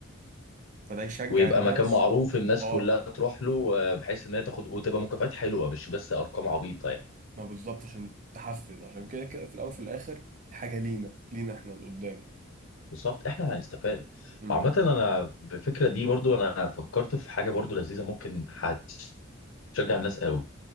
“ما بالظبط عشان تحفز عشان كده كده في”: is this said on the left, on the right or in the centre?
Right